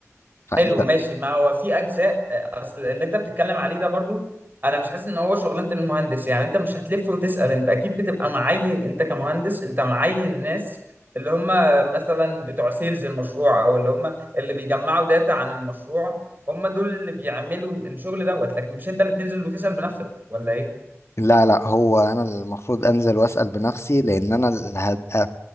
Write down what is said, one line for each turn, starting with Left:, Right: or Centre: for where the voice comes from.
Left: فانت
Right: حلو ماشي ما هو في اجزاء اصل اللي انت بتتكلم عليه ده برضو انا مش حاسس ان هو شغلانه المهندس يعني انت مش هتلف وتسال انت اكيد بتبقى معين انت كمهندس انت معين ناس اللي هم مثلا بتوع سيلز المشروع او اللي هم اللي بيجمعوا داتا عن المشروع هم دول اللي بيعملوا الشغل دوت لكن مش انت اللي بتنزل وتسال بنفسك ولا ايه؟
Left: لا لا هو انا اللي المفروض انزل واسال بنفسي لان انا اللي هبقى